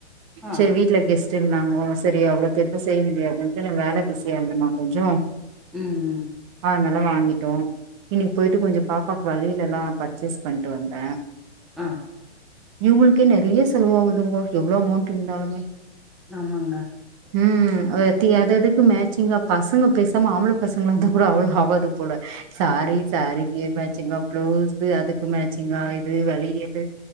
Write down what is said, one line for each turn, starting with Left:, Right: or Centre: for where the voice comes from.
Centre: ஆ
Right: செரி வீட் ல கெஸ்டு இருந்தாங்கோ செரி அவ்ளோ பேருக்கு செய்ய முடியாதுன்ட்டு வேல பிஸியா இருந்தமா கொஞ்சோ
Centre: ம் ம்
Right: ஆனால வாங்கிட்டோ இன்னிக்கு போயிட்டு கொஞ்சோ பாப்பாக்கு வளயெல்லல்லா பர்ச்சேஸ் பண்ட்டு வந்தன்
Centre: ஆ
Right: இவுங்களுக்கே நெறைய செலவாவுதுங்கோ எவ்ளோ அமௌண்ட் இருந்தாலுமே
Centre: அமாங்க
Right: ம் அதுஎத்தி அததுக்கு மேச்சிங்கா பசங்க பேசாம ஆம்பள பசங்ளா இருந்தா கூட அவ்ளோ ஆவாது போல சாரி சாரிக்கி மேச் சிங்கா ப்ளவுஸ்சு அதுக்கு மேச்சிங்கா இது வளயலு